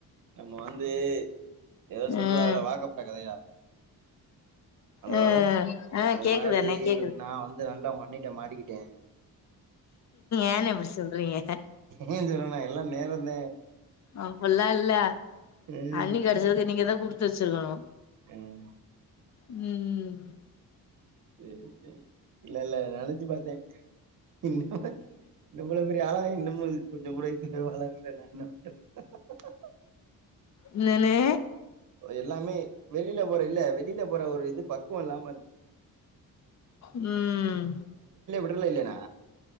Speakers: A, on the right; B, on the left.
A: நம்ம வந்து எதோ சொல்லுவாகல்ல
B: ம்
A: வாக்கப்பட்ட கதையா ஹலோ
B: அ ஆ
A: அது
B: கேக்குது
A: மாரி
B: அண்ணே கேக்குது
A: நா வந்து நல்லவ ண்ணிட்ட மாட்டிக்கிட்டே
B: ஏன்னெ இப்டி சொல்றீங்க
A: ஏ சொல்லனா எல்லா நேரந்தே
B: அப்பல்லா இல்ல
A: ம்
B: அண்ணி கெடச்சதுக்கு நீங்கதா குடு துச்சுருகணு
A: உம்
B: உம்
A: சேரி சேரி இல்லல்ல நெனச்சு பாத்தே இன்னு இவ்வளவு பெரிய ஆளாயி இன்னமு இதுக் கொஞ்சங் கூட இதுக் வளருல <unintelligible>
B: ன்னனே
A: எல்லாமே வெளில போற இல்ல வெளி ல போற ஒரு இது பக்குவொ இல்லாமருக்
B: உம்
A: கிடல்ல இல்லேனா